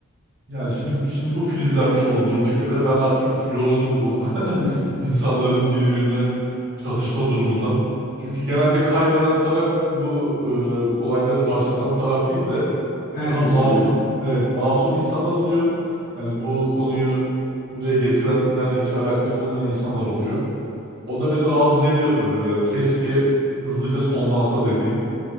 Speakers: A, on the right (about 55°); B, on the left (about 45°).
A: Yani şimdi şimdi bu filizlenmiş oldu durduk yere. Ben artık yoruldum bu
B: <laughs>
A: <laughs> insanların birbirine çatışma durumundan. Çünkü genelde kaybeden taraf bu e, olayları başlatan taraf değil de
B: Herkes
A: daha masum
B: oluyor.
A: evet masum insanlar oluyor. Yani bu konuyu buraya getirenlerle hiç alakası olmayan insanlar oluyor. O da beni rahatsız ediyor tabii böyle. Keşke hızlıca sonlansa dediğim.